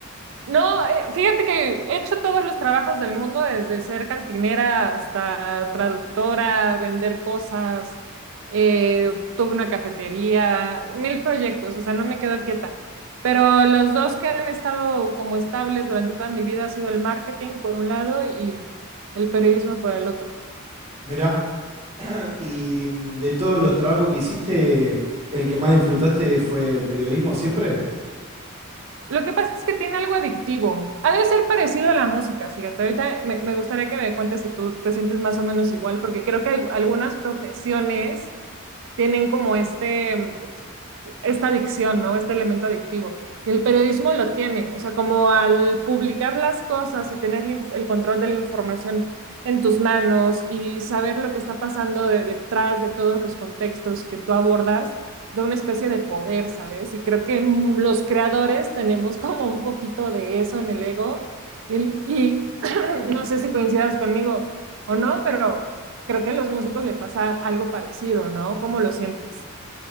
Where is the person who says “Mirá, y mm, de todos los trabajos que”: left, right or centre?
Right